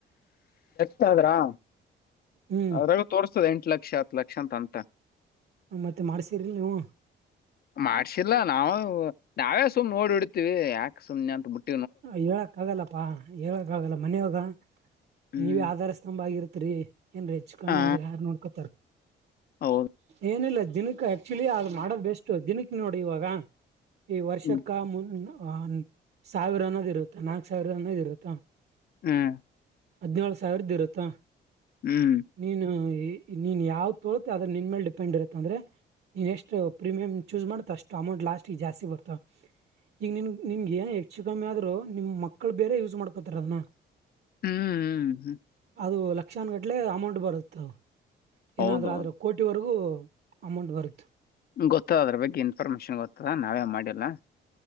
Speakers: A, on the left; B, on the right.
A: ತದ್ರಾ
B: ಹ್ಮ್
A: ಅದ್ರಾಗ ತೋರಸ ದ ಎಂಟ ಲಕ್ಷ ಹತ್ತು ಲಕ್ಷ ಅಂತ ಅಂತ
B: ಮತ್ತೆ ಮಾಡ್ಸಿರಿಲ್ಲ ನೀವು
A: ಮಾಡ್ಸಿಲ್ಲಾ ನಾವು ನಾವೇ ಸುಮ್ನೆ ನೋಡಿ ಹೋಡ್ತಿವಿ ಯಾಕ ಸುಮ್ನೆ ಅಂತ ಬಿಟ್ಟ
B: ಹೇಳಕ್ ಆಗಲ್ಲಪ್ಪಾ ಹೇಳಕ್ ಆಗಲ್ಲ ಮನೆಯವಾಗ
A: ಹ್ಮ್
B: ನೀವೇ ಆಧಾರ ಸ್ತಂಭ ಆಗಿರುತ್ತ ತ್ರಿ ಎನ್ರೆ ಹೆಚ್ಚು ಕಮ್ಮಿ
A: ಆ
B: ಆದ್ರ ಯಾರ್ ನೋಡ್ಕೊತಾರ
A: ಹೌದು
B: ಏನಿಲ್ಲ ದೀ ದಿನಕ್ಕ ಆಕ್ಚುಲಿ ಆದ್ ಮಾಡೋದ ಬೆಸ್ಟ್ ದಿನಕ್ಕ ನೋಡಿ ಇವಾಗ ಈ ವರ್ಷಕ್ಕ
A: ಹ್ಮ್
B: ಮುನ್ನ ಆನ್ ಸಾವಿರ ಅನ್ನೋದ್ ಇರುತ್ತಾ ನಾಕ ಸಾವಿರ ಅನ್ನೋದಿರುತ್ತಾ
A: ಹ್ಮ್
B: ಹದ್ಿನೇಳು ಸಾವಿರದ್ದು ಇರುತ್ತಾ
A: ಹ್ಮ್
B: ನೀನು ನೀನ್ ಯಾವ್ದ್ ತೋಳತ್ತೆ ಅದ್ರ ನಿನ್ ಮೇಲೆ ಡಿಪೆಂಡ್ ಇರುತ್ತೆ ಅಂದ್ರೆ ನೀನ್ ಎಷ್ಟು ಪ್ರೀಮಿಯಂ ಚೂಸ್ ಮಾಡತ್ತ ಅಷ್ಟು ಅಮೌಂಟ್ ಲಾಸ್ಟ್ ಜಾಸ್ತಿ ಬರ್ತ ಈಗ ನಿಗೆ ಚ ಕಮ್ಮಿ ಆದರೂ ನಿಮ್ಮ ಮಕ್ಳು ಬೇರೆ ಯೂಸ್ ಮಾಡ್ಕೊತಾರ ಅದನಾ
A: ಹ್ಮ್ ಹ್ಮ್.
B: ಅದು ಲ ಶಿಕ್ಷನ್ ಗಟ್ಲೆ ಅಮೌಂಟ್ ಬರುತ್ತ
A: ಹೌದು
B: ಏನಾದ್ರೂ
A: ಹೌದು
B: ಆದ್ರೆ ಕೋಟಿಿವರೆಗೂ ಅಮೌಂಟ್ ಬರುದು
A: ಗೊತ್ತದ ಅದ್ರ ಬಗ್ಗೆ ಇನ್ಫಾರ್ಮೇಶನ್ ಗೊತ್ತದ ನಾವೇ ಮಾಡಿಲ್ಲ